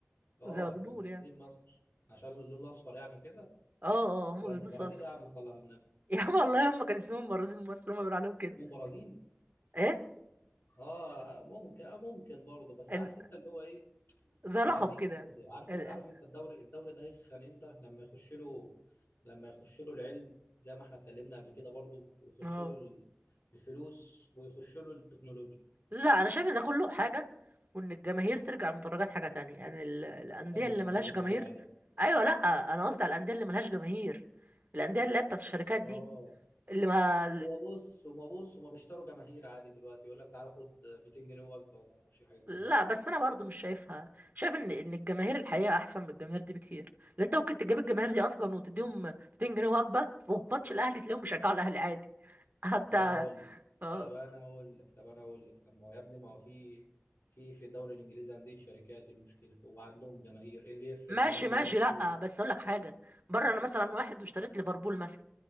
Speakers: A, on the left; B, on the right.
A: اه
B: زي ما بنقول
A: كان في
B: يعني
A: برازيل مصر عشان اللون الاصفر يعني وكده
B: اه اه هم
A: برازيل
B: بيلبسوا اصفر
A: يا عم صلى على النبي
B: <laughs> يا عم والله هم كان اسمهم برازيل مصر هم بيقولوا عليهم كده
A: مو برازيل
B: ايه
A: اه ممكن اه ممكن برضه بس
B: إن-
A: عارف انت اللي هو ايه
B: زي
A: احنا
B: لقب
A: عايزين
B: كده
A: برضه عارف
B: ال-
A: انت عارف انت الدوري الدوري ده يسخن امتى لما يخش له لما يخش له العلم زي ما احنا اتكلمنا قبل كده برضه ويخش
B: اه
A: له ال- الفلوس ويخش له التكنولوجيا
B: لا انا شايف ان ده كله حاجه وان الجماهير ترجع المدرجات حاجه تانية يعني ال- الانديه
A: يا ابني
B: اللي
A: ما هو
B: ملهاش
A: في جماهير
B: جماهير ايوه لا انا قصدي على الانديه اللي ملهاش جماهير الانديه اللي هي بتاعت الشركات دي
A: اه
B: اللي ما
A: هو بص هما بص هما بيشتروا جماهير عادي دلوقتي يقول لك تعالى خد 200 جنيه وجبه وما اعرفش إيه، حاجات
B: لا
A: زي كده
B: بس انا برضو مش شايفها شايف ان ان الجماهير الحقيقه احسن من الجماهير دي بكتير لان انت ممكن تجيب الجماهير دي اصلا وتديهم 200 جنيه وجبه وفي ماتش الاهلي تلاقيهم بيشجعوا الاهلي عادي <laughs> حتى
A: طب انا اقول لك
B: اه
A: طب انا اقول لك طب انا اقول لك طب ما هو يا ابني ما هو في في في الدوري الانجليزي عندي شركات المشكله وعندهم جماهير ايه اللي يفرق
B: ماشي
A: ان هنا في
B: ماشي
A: جماهير
B: لا بس اقول لك حاجه بره انا مثلا واحد واشتريت ليفربول مثلا